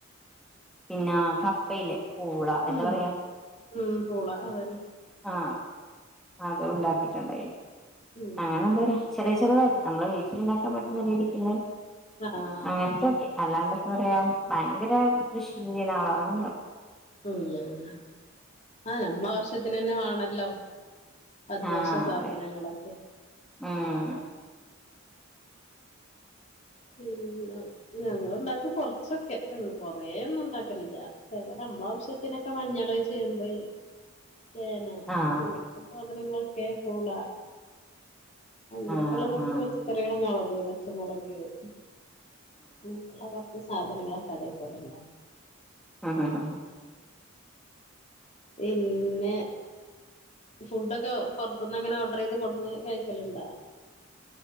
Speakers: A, in the centre; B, on the left.
A: പിന്നെ കപ്പയില്ലേ പൂള എന്താ
B: ഉം
A: പറയാ
B: ഉം പൂള അത് തന്നെ
A: ആ അത് ഉണ്ടാക്കിട്ടുണ്ടായി
B: ഉം
A: അങ്ങനെ എന്താ ചെറിയ ചെറുതായിട്ട് നമ്മളെ വീട്ടില് ഉണ്ടാക്കാൻ പറ്റുന്ന രിതിക്കുള്ള
B: ആഹ്
A: അങ്ങനത്തെൊക്കെ അല്ലാണ്ട് ഇപ് പറയാം ഭയങ്കര കൃഷി ചെയ്യുന്നാളാണ്ന്ന്
B: ഉം ആഹ് നമ്മ ആവശ്യത്തിന്ന് തന്നെ വേണല്ലോ അത്യാവശ്യ
A: ആഹ്
B: സാധനങ്ങളൊക്കെ
A: അതെ ഉം
B: പിന്നെ ഞങ്ങള് ഉണ്ടാക്കും കൊറച്ചൊക്കെ കൊറേയൊന്നും ഉണ്ടാക്കലില്ല അതേപോലെ അമ്മളെ ആവശ്യത്തിനൊക്കെ മഞ്ഞള് ചേമ്പ് ചേന
A: ആഹ്
B: അങ്ങനത്തെ സാധനങ്ങളൊക്കെ പൂള അങ്ങനെയൊക്കെയ
A: ആഹ്
B: ഉള്ള കുറച്ച് പച്ചക്കറികൾ മുളക് പച്ചമുളക് നമ്മുക്കുള്ള കുറച്ച് സാധനങ്ങളൊക്കെ അതേപോലെ ഉണ്ടാക്കും
A: ആഹാഹാഹാ
B: പിന്നെ ഫുഡൊക്കെ പൊറത്ത്ന്നങ്ങനെ ഓർഡർ ചെയ്ത് കൊടുന്ന് കഴിക്കല്ണ്ടാ